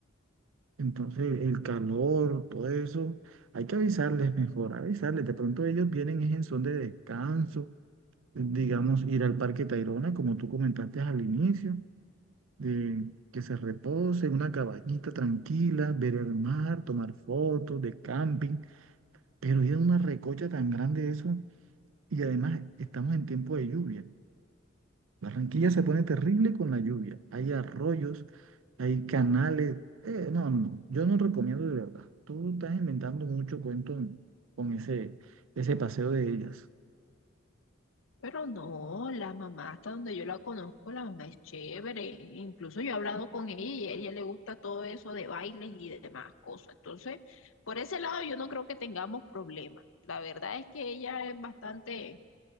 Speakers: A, on the right; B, on the left.
A: Entonces, el calor, todo eso, hay que avisarles mejor, avisarles. De pronto ellos vienen es en son de descanso, digamos, ir al Parque Tayrona, como tú comentaste al inicio, de que se reposen, una cabañita tranquila, ver el mar, tomar fotos de camping, pero ir a una recocha tan grande eso, y además estamos en tiempo de lluvia. Barranquilla se pone terrible con la lluvia. Hay arroyos, hay canales. Eh, no, no, yo no recomiendo de verdad. Tú estás inventando mucho cuento en- con ese, ese paseo de ellas.
B: Pero no, la mamá, hasta donde yo la conozco, la mamá es chévere. Incluso yo he hablado con ella y a ella le gusta todo eso de bailes y demás cosas. Entonces, por ese lado yo no creo que tengamos problemas. La verdad es que ella es bastante,